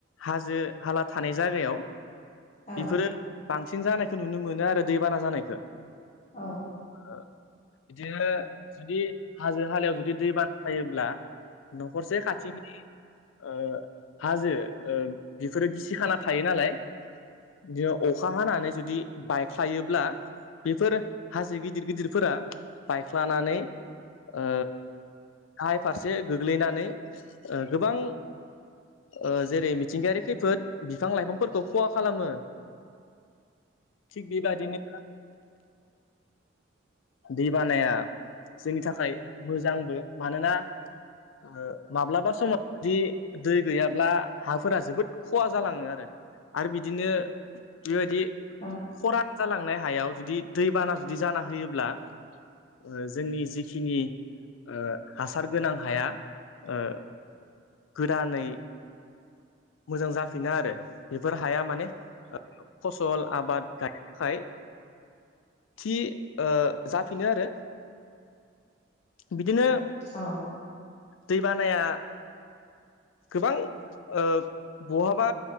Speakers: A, on the left; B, on the left.
A: हाज- हाला थानाय जागायाव
B: औ उम औ
A: बेफोरो। बांसिन जानायखौ नुनो मोनो आरो दैबाना जानायखो।
B: औ।
A: ओ बिदिनो जुदि हाजो-हालायाव जुदि दै बाना जायोब्ला। न'खरसे खाथिनि ओ। हाजो ओ बेफोरो गिसिखाना थायो नालाय। बिदियाव अखा हानानै जुदि बायख्लायोब्ला। बेफोर हाजो गिदिर-गिदिरफोरा बायख्लानानै। ओ गाहाय फारसे गोग्लैनानै ओ गोबां। ओ जेरै मिथिंगायारि खैफोद बिफां-लाइफांफोरखौ खहा खालामो। थिग बे बायदिनो।
B: <inaudible>
A: दै बानाया जोंनि थाखाय मोजांबो। मानोना ओ माब्लाबा समाव <inaudible> दि दै गैया ब्ला हाफोरा जोबोद खहा जालाङो आरो। आरो बिदिनो बेबायदि।
B: औ।
A: खरान जालांनाय हायाव जुदि दैबाना जुदि जाना होयोब्ला ओ जोंनि जिखिनि। ओ हासार गोनां हाया ओ गोदानै। मोजां जाफिनो आरो बेफोर हाया माने फसल आबाद। गायनो थाखाय थि ओ जाफिनो आरो। बिदिनो।
B: औ।
A: दै बानाया गोबां। ओ बहाबा